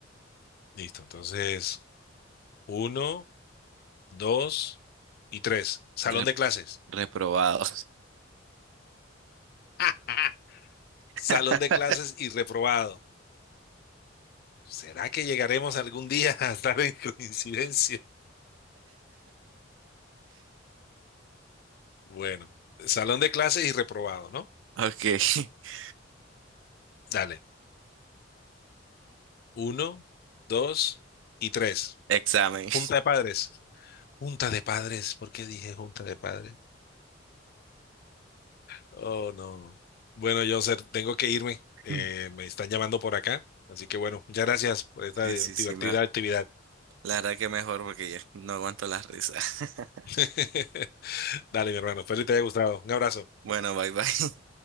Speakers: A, on the left; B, on the right.
A: Listo. Entonces, uno, dos y tres. Salón
B: Re-
A: de clases.
B: reprobado.
A: <laughs> Salón
B: <laughs>
A: de clases y reprobado. ¿Será que llegaremos algún día a estar en coincidencia? Bueno, salón de clases y reprobado, ¿no?
B: Ok. <laughs>
A: Dale. Uno, dos y tres.
B: Examen.
A: Junta de padres. Junta de padres. ¿Por qué dije junta de padres? Oh, no. Bueno, yo tengo que irme. Eh,
B: Mm.
A: me están llamando por acá. Así que bueno, muchas gracias por esta
B: Sí,
A: divertida
B: sí, sí. me-
A: actividad.
B: La verdad que mejor porque ya no aguanto las risas. <laughs>
A: <laughs> Dale, mi hermano. Espero que te haya gustado. Un abrazo.
B: Bueno, bye, bye.